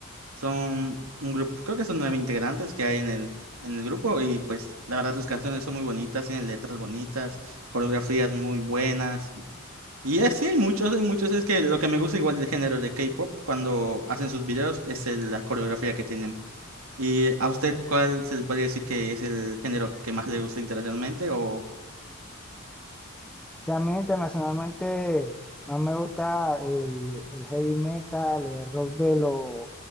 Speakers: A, on the right; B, in the centre.
A: Son un grupo, creo que son nueve integrantes que hay en el, en el grupo y pues la verdad sus canciones son muy bonitas, tienen letras bonitas, coreografías muy buenas. Y eh, sí hay muchos, hay muchos, es que lo que me gusta igual del género de K-pop cuando hacen sus videos es el- la coreografía que tienen. ¿Y a usted cuál se le podría decir que es el género que más le gusta internacionalmente o...
B: También internacionalmente, más me gusta el, el heavy metal, el rock de los